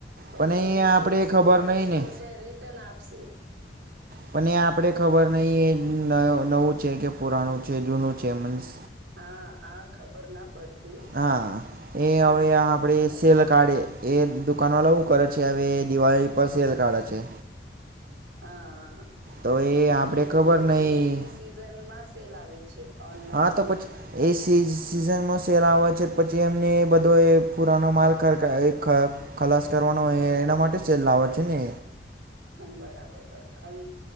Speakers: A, on the right; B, on the right.
A: પર
B: પણ
A: એમ
B: એ
A: ઈશ્યુ
B: આપણે
A: ફિટિંગ
B: ખબર
A: ના
B: નહીં
A: ઇશ્યુ
B: ને
A: ત્યારે રિટર્ન આપ આક્ષિત
B: પણ એ આપડે ખબર નહિ એ નવું છે કે પુરાણું છે જૂનું છે મીન્સ.
A: હા આ ખબર ના પડતી.
B: હા એ હવે
A: સ-
B: આપડે
A: સાચી વાત
B: સેલ
A: છે.
B: કાઢે એ દુકાન વાળા એવું કરે છે હવે દિવાળી પર સેલ કાઢે છે.
A: હા-હા
B: તો આપણે
A: એ
B: ખબર
A: એવરી-એવરી
B: નહીં
A: સિઝનમાં સેલ આવે છે. ઓનલાઈનમાં
B: હા તો પછી એ સી સિઝનમાં સેલ આવે છે પછી એમને એ બધો એ પુરાનો માલ કા <unintelligible> ખલાસ કરવાનો હોય
A: હા
B: એના માટે સેલ
A: ખલાસ
B: લાવે છે
A: કરવાની
B: ને
A: હમ્મ બરાબર. આવી